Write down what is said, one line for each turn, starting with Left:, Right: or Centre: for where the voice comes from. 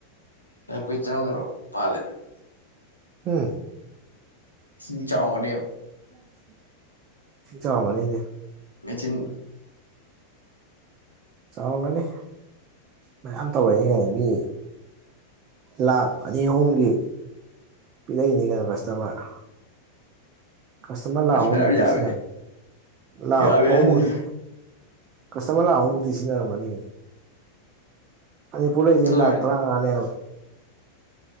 Left: <unintelligible>
Right: ꯎꯝ
Left: ꯏꯁꯤꯡ ꯆꯥꯎꯔꯝꯒꯅꯦꯕ
Right: <inaudible> ꯏꯁꯤꯡ ꯆꯥꯎꯔꯝꯒꯅꯦꯗꯤ
Left: ꯃꯦꯆꯤꯟ
Right: ꯆꯥꯎꯔꯝꯒꯅꯤ ꯃꯌꯥꯝ ꯇꯧꯔꯛꯏꯅ ꯃꯤ ꯂꯥꯛ ꯑꯅꯤ ꯑꯍꯨꯝꯒꯤ ꯄꯤꯔꯛ ꯏꯅꯤ ꯀꯩꯅꯣ ꯀꯁꯇꯃꯔ ꯀꯁꯇꯃꯔ ꯂꯥꯛ ꯑꯍꯨꯝ
Left: ꯐꯅꯌꯥꯝ
Right: ꯃꯨꯛꯇꯤꯁꯤꯅ
Left: ꯌꯥꯝꯃꯦ
Right: ꯂꯥꯛ
Left: ꯌꯥꯝꯃꯦ
Right: ꯑꯍꯨꯝ ꯃꯨꯛꯇꯤ ꯀꯁꯇꯃꯔ ꯂꯥꯛ ꯑꯍꯨꯝ ꯃꯨꯛꯇꯤ ꯁꯤꯟꯅꯔꯝꯒꯅꯤ ꯃꯅꯤꯄꯨꯔ ꯂꯩꯖꯦ ꯂꯥꯛ
Left: ꯂꯥꯏꯟ
Right: ꯇꯔꯥꯉꯥꯅꯦꯕ